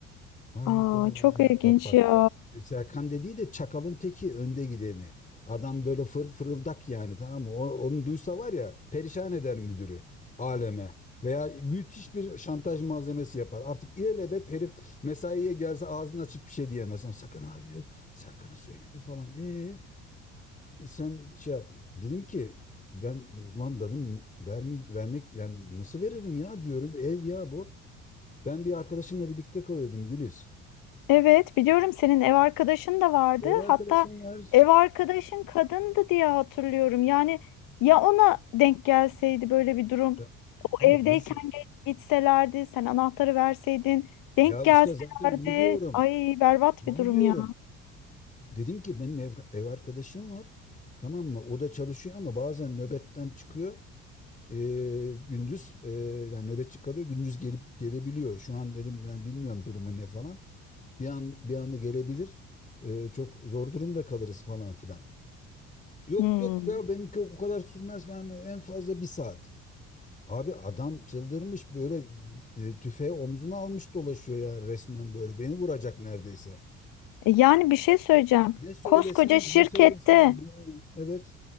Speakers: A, on the left; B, on the left.
A: Ayda
B: Aa, çok ilginç
A: bak bak.
B: ya.
A: E, Serkan dediği de çakalın teki önde gideni. Adam böyle fır fırıldak yani tamam mı? O- onu duysa var ya perişan eder müdürü aleme. Veya müthiş bir şantaj malzemesi yapar. Artık ilelebet herif mesaiye gelse ağzını açıp bir şey diyemez. Ama sakın ha diyor. Serkan'a söyleme falan. E sen şey yap. Dedim ki ben ulan dedim vermi, vermek yani nasıl veririm ya diyorum. Ev ya bu. Ben bir arkadaşımla birlikte kalıyordum Güliz.
B: Evet, biliyorum senin ev arkadaşın da vardı.
A: Ev arkadaşım
B: Hatta
A: var.
B: ev arkadaşın kadındı diye hatırlıyorum. Yani ya ona denk gelseydi böyle bir durum.
A: Ya, ya
B: Evdeyken
A: dur şimdi.
B: ge- gitselerdi, sen anahtarı verseydin, denk
A: Ya
B: gelselerdi.
A: işte zaten onu diyorum.
B: Ay berbat
A: Onu
B: bir durum
A: diyorum.
B: ya.
A: Dedim ki benim ev, ev arkadaşım var. Tamam mı? O da çalışıyor ama bazen nöbetten çıkıyor. Ee, gündüz e, yani nöbetçi kalıyor. Gündüz gelip gelebiliyor. Şu an dedim ben bilmiyorum durumu ne falan. Bir an bir anda gelebilir. Ee, çok zor durumda kalırız falan filan. Yok
B: Hmm.
A: yok ya benimki o kadar sürmez. Ben en fazla bir saat. Abi adam çıldırmış böyle e, tüfeği omzuna almış dolaşıyor ya resmen böyle. Beni vuracak neredeyse.
B: E, Yani bir şey söyleyeceğim.
A: Ne söylesem
B: Koskoca şirkette
A: ne söylesem ha, evet.